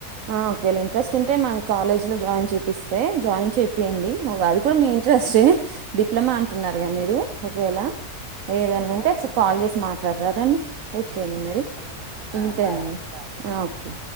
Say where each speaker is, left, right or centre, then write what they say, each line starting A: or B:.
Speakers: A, on the right; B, on the right.
A: ఆ ఒకవేళ ఇంట్రెస్ట్ ఉంటే మాకు కాలేజ్ లో జాయిన్ చేపిస్తే జాయిన్ చెపియండి అది కూడా మీ ఇంట్రెస్ట్ డిప్లొమా అంటున్నారుగా మీరు ఒకవేళ ఏదనా ఉంటే
B: ఓకే
A: ఒకసారి
B: అండి
A: కాల్ చేసి మాట్లాడరాదండి ఓకే అండి మరి
B: ఓకే ఆ
A: ఉంటేనండి
B: బాయ్
A: ఓకే